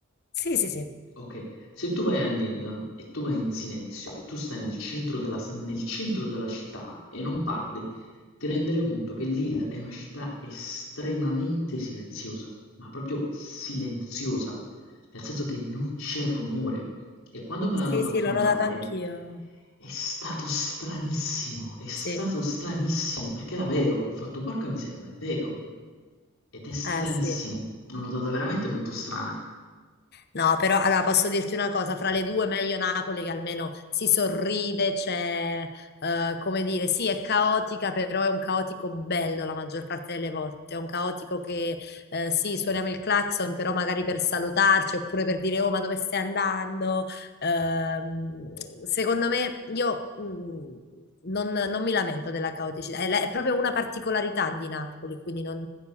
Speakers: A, on the left (about 50°); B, on the left (about 75°).
A: Sì, sì, sì.
B: Okay, se tu vai a Lille e tu vai in silenzio e tu stai nel centro della s nel centro della città e non parli, ti renderai conto che Lille è una città estremamente silenziosa, ma proprio silenziosa, nel senso che non c'è rumore. E quando me
A: Sì,
B: l'hanno fatto
A: sì, l'ho
B: notare
A: notato anch'io.
B: è stato stranissimo, è stato
A: Sì.
B: stranissimo, perché era vero, ho fatto porca miseria, ma è vero. Ed è stranissimo,
A: Eh, sì.
B: l'ho notata veramente molto strana.
A: No, però allora posso dirti una cosa, fra le due meglio Napoli che almeno si sorride, c'è, eh, come dire, sì, è caotica, però è un caotico bello la maggior parte delle volte, è un caotico che eh, sì, suoniamo il clacson, però magari per salutarci oppure per dire oh, ma dove stai andando? Ehm, secondo me io mh, non, non mi lamento della caoticità, è, la- è proprio una particolarità di Napoli, quindi non